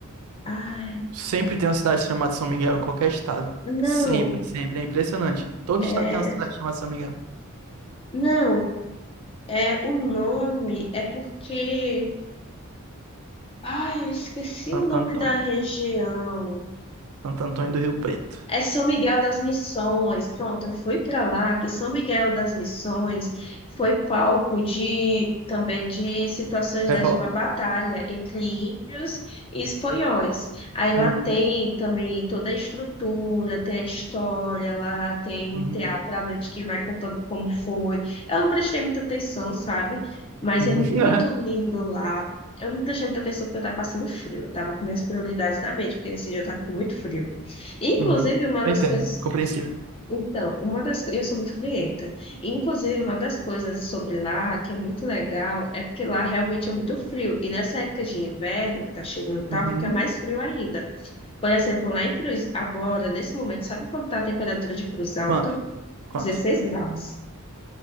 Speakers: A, on the left (about 25°); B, on the right (about 80°).
A: Ai,
B: Sempre tem uma cidade chamada São Miguel em qualquer estado.
A: não,
B: Sempre, sempre. É impressionante. Todo
A: é.
B: estado tem uma cidade chamada São Miguel.
A: Não, É, o nome é porque. Ai, eu esqueci
B: Santo
A: o nome
B: Antônio.
A: da região.
B: Santo Antônio do Rio Preto.
A: É São Miguel das Missões. Pronto, eu fui para lá, que São Miguel das Missões foi palco de também de situações
B: Revolta?
A: da, de uma batalha entre índios e espanhóis. Aí lá
B: Uhum.
A: tem também toda a estrutura, tem a história, lá tem
B: uhum.
A: um teatro à noite que vai contando como foi. Eu não prestei muita atenção, sabe? Mas
B: Uhum.
A: é muito
B: <laughs>
A: lindo lá. Eu não prestei muita atenção porque eu estava passando frio. Eu estava com minhas prioridades na mente, porque nesse dia eu estava com muito frio. Inclusive,
B: Uhum.
A: uma
B: Eu
A: das
B: entendo,
A: coisas.
B: compreensível.
A: Então, uma das coisas. Eu sou muito frienta. Inclusive, uma das coisas sobre lá que é muito legal é porque lá realmente é muito frio. E nessa época de inverno, que tá chegando e tal,
B: Uhum.
A: fica mais frio ainda. Por exemplo, lá em Cruz, agora, nesse momento, sabe quanto tá a temperatura de Cruz Alta?
B: Quanto? Quanto?
A: 16 graus.